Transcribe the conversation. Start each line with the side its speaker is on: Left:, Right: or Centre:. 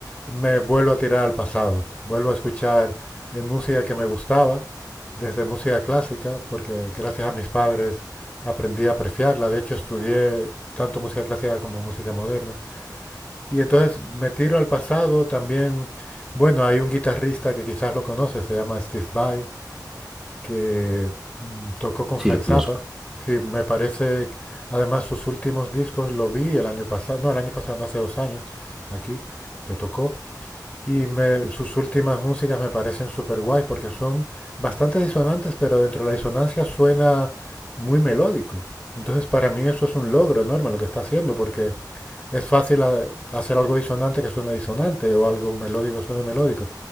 Left: me vuelvo a tirar al pasado, vuelvo a escuchar eh, música que me gustaba, desde música clásica, porque gracias a mis padres aprendí a apreciarla, de hecho estudié tanto música clásica como música moderna, y entonces me tiro al pasado también. Bueno, hay un guitarrista que quizás lo conoces, se llama Steve Vai, que mm, tocó con
Centre: Sí,
Left: Frank
Centre: lo conozco.
Left: Zappa. Sí, me parece, además sus últimos discos lo vi el año pasado, no el año pasado, no hace dos años, aquí, que tocó. Y me- sus últimas músicas me parecen súper guays porque son bastante disonantes, pero dentro de la disonancia suena muy melódico. Entonces, para mí eso es un logro enorme lo que está haciendo, porque es fácil a- hacer algo disonante que suene disonante o algo melódico que suene melódico.